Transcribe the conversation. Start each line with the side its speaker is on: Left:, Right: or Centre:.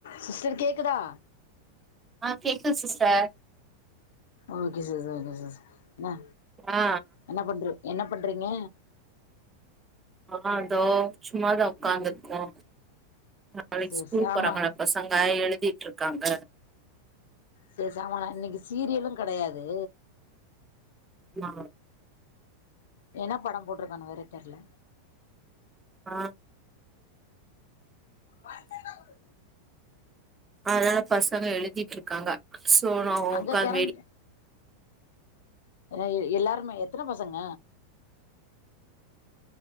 Left: sister கேக்குதா
Right: ஆ கேக்குது சிஸ்டர்
Left: ஓகே ச ச <unintelligible> என்ன
Right: ஆ
Left: என்ன பண்ற என்ன பண்றீங்க
Right: ஆ அதோ சும்மாதா உடக்காந்துருக்கோ நாளைக்கு
Left: சேரி
Right: ஸ்கூல்
Left: சே
Right: போறங்கள
Left: ஆமா
Right: பசங்க எழு னிட்டு இருக்காங்க
Left: சரி சாமாலா இன்னைக்கு சீரியலு கெடையாது
Right: ஆ
Left: என்ன படம் போட்டிருக்கான வேற தெர்ல
Right: ஆ
Left: வய் தெக்கா குடு
Right: அதனால பசங்க எழுதிட்டு இருக்காங்க சோனோ ஒக்கா
Left: அங்க கரண்ட்
Right: வெறி
Left: எ எல்லாருமே எத்தன பசங்க